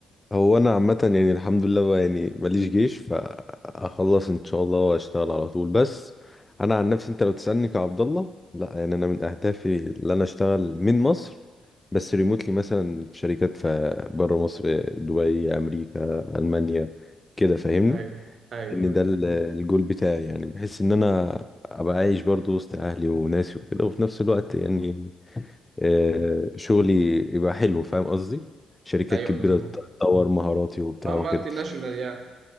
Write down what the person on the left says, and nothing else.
هو أنا عامة يعني الحمد لله بقى يعني ماليش جيش فأخلص إن شاء الله وأشتغل على طول بس أنا عن نفسي أنت لو تسألني كعبد الله لا يعني أنا من أهدافي اللي أنا أشتغل من مصر بس ريموتلي مثلا في شركات في بره مصر دبي امريكا المانيا كده فاهمني
ان
ده ال- الجول بتاعي يعني بحس ان انا ابقى عايش برضو وسط اهلي وناسي وكده وفي نفس الوقت يعني آه، شغلي يبقى حلو فاهم قصدي شركات
كبيرة
تطور مهاراتي وبتاع
وكده